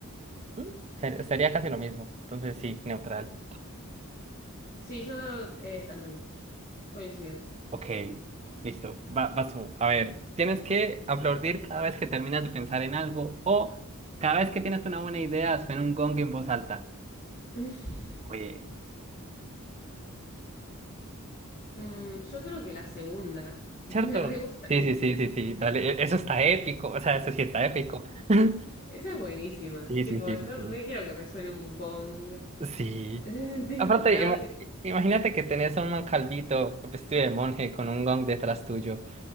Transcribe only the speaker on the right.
mm, ser- sería casi lo mismo. Entonces sí, neutral.
Ok, listo, va, vas tú. A ver, tienes que aplaudir cada vez que terminas de pensar en algo o cada vez que tienes una buena idea, suena un gong en voz alta.
Oye,
¿cierto?
Sí, sí, sí, sí, sí, dale, e- eso está épico, o sea, eso sí está épico. <laughs>
Sí,
sí, sí,
sí,
sí.
Sí.
Aparte,
ima-
imagínate que tenés a un calvito con vestido de monje con un gong detrás tuyo.